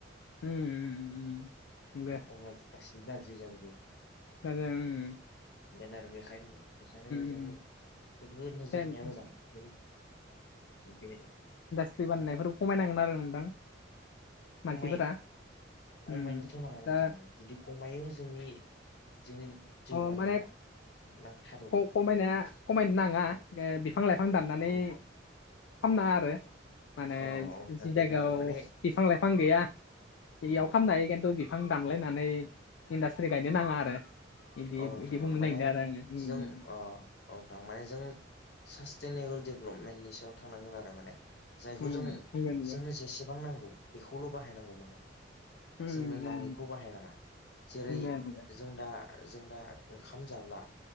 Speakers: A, on the left; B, on the left.
A: उम उम दे
B: अब्ला गासिबो गाज्रि जाजोबो
A: गाज्रि जागोन
B: जेन आरो बेखायनो बेखायनो जों
A: उम
B: बेफोरखौ नोजोर
A: फेम
B: होनाया मोजां ज बे
A: सथ्रि बाननायफोरखौ खमायनांगोन आरो नोंथां मानसिफोरा
B: खमाय
A: उम
B: खमायनोथ' नाङा नोंथां
A: दा
B: जुदि खमायो जोंनि जोंनि जौगानाया
A: अ माने
B: ना थाद'गोन
A: खमायनाया खमायनो नाङा बिफां लाइफां दाननानै
B: औ नोंथां
A: खालामनााङा आरो माने
B: औ औ नोंथां
A: जि
B: बेनो
A: जायगायाव
B: आरो माने
A: बिफां लाइफां गैया बेयाव ख खालामनो हायो खिन्थु बिफां दानलायनानै इन्डास्ट्रि गायनो नाङा आरो बिदि
B: औ नोंथां
A: बिदि बुंनो नागिरदों
B: माने
A: आरो आङो उम
B: जों
A: उम
B: औ थां माने जों सास्टेनेबोल डेभेलपमेन्टनि सायाव थांनांगोन आरो माने जायखौ
A: उम
B: जों
A: बुंगोन दे।
B: जोंनो जेसेबां नांगौ बेखौल' बाहायनांगौमोन आं
A: उम
B: जोंनो
A: दे
B: नाङिखौ बाहायनाङा जेरै
A: बुंगोन दे।
B: जों दा जों दा ओंखाम जाब्ला